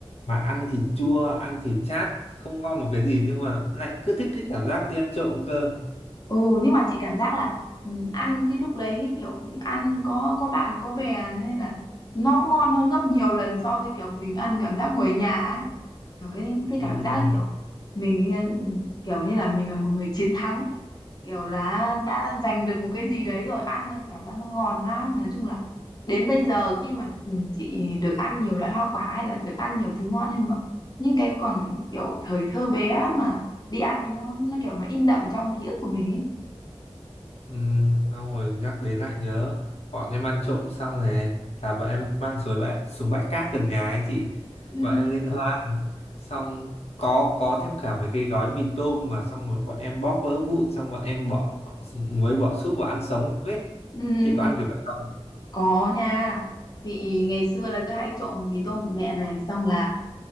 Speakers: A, on the left; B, on the left.
A: mà ăn thì chua ăn thì chát không ngon một cái gì nhưng mà lại cứ thích cái cảm giác đi ăn trộm cơ
B: Ừ nhưng mà chị cảm giác là ừ, ăn cái lúc đấy kiểu ừ, ăn có có bạn có bè hay là nó cũng ngon hơn gấp nhiều lần so với kiểu mình ăn cảm giác ngồi ở nhà ấy. Kiểu cái cái
A: Ừm,
B: cảm giác ấy kiểu mình ừ, kiểu như là mình là một người chiến thắng ấy. Kiểu là đã giành được một cái gì đấy rồi ăn cảm giác nó ngon lắm. Nói chung là đến bây giờ khi mà ừ, chị được ăn nhiều loại hoa quả hay là được ăn nhiều thứ ngon nhưng mà những cái còn kiểu thời thơ bé mà đi ăn thì nó nó kiểu nó in đậm trong ký ức của mình ấy
A: Ừ, xong rồi nhắc đến lại nhớ bọn em ăn trộm xong này là bọn em mang xuống bãi xuống bãi cát gần nhà ấy chị
B: Ừ,
A: bọn em liên hoan xong có có thêm cả mấy cái gói mì tôm mà xong rồi bọn em bóp vỡ vụn xong bọn em bỏ muối bỏ súp vào ăn sống ấy
B: ừ,
A: chị có
B: ừ,
A: ăn kiểu vậy không
B: có nha chị ngày xưa là cứ hay trộm mì tôm của mẹ này xong là